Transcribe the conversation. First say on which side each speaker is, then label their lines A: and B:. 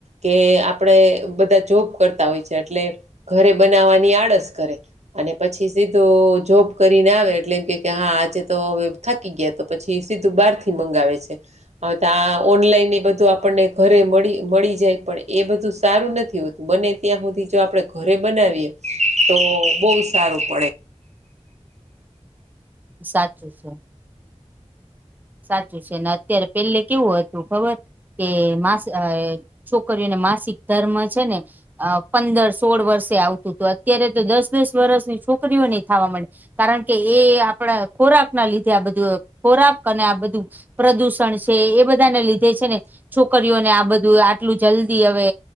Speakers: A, on the right; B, on the right.
A: કે આપણે બધા જોબ કરતા હોય છે એટલે ઘરે બનાવવાની આળસ કરે, અને પછી સીધું જોબ કરીને આવે એટલે એમ કે હા આજે તો હવે થાકી ગયા તો પછી, તે સીધું બાર થી મંગાવે છે, હવે તો આ ઓનલાઈન એ બધું આપણને ઘરે મળી મળી જાય પણ એ બધું સારું નથી હોતું. બને ત્યાં સુધી જો આપણે ઘરે બનાવીએ તો બહુ સારું પડે,
B: સાચું છે. સાચું છે ને અત્યારે પેલે કેવું હતું ખબર, કે માસી છોકરીઓને માસિક ધર્મ છે ને, અ પંદર સોળ વર્ષે આવતું હતું અત્યારે તો દસ દસ વર્ષની છોકરીઓ નહી થાવા મ કારણ કે એ આપણા ખોરાક ના લીધે આ બધું ખોરાક, અને આ બધું પ્રદુષણ છે એ બધાને લીધે છે ને, છોકરીઓને આ બધું આટલું જલ્દી હવે